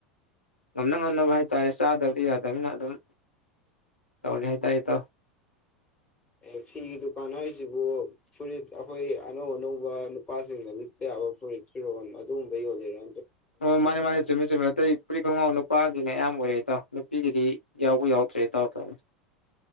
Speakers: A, on the left; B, on the left.
A: ꯉꯝꯅ ꯉꯝꯅꯕ ꯍꯥꯏꯇꯥꯔꯦ ꯆꯥꯗꯕꯗꯤ ꯌꯥꯗꯕꯅꯤꯅ ꯑꯗꯨꯝ ꯇꯧ ꯌꯥ ꯇ ꯌꯦꯇ
B: ꯑꯦ ꯐꯤꯒꯤ ꯗꯨꯀꯥꯟ ꯍꯥꯏꯔꯤꯁꯤꯕꯨ ꯐꯨꯔꯤꯠ ꯑꯩꯈꯣꯏ ꯑꯅꯧ ꯑꯅꯧꯕ ꯅꯨꯄꯥꯁꯤꯡꯅ ꯂꯤꯠꯄ ꯌꯥꯕ ꯐꯨꯔꯤꯠ ꯐꯤꯔꯣꯜ ꯑꯗꯨꯒꯨꯝꯕ ꯌꯣꯜꯂꯤꯔ
A: ꯑꯣ ꯃꯥꯅꯦ ꯃꯥꯅꯦ ꯆꯃꯤ ꯆꯃꯤ ꯏ ꯄꯨ ꯈꯣꯡꯉ ꯅꯨꯄꯥꯒꯤꯅ ꯑꯌꯥꯝ ꯑꯣꯏꯔꯛꯏ ꯏꯗꯥꯎ ꯅꯨꯄꯤꯒꯤꯗꯤ ꯌꯥꯎꯕ ꯌꯥꯎꯗ꯭ꯔꯦ ꯇꯥꯎ ꯇꯧꯅꯤ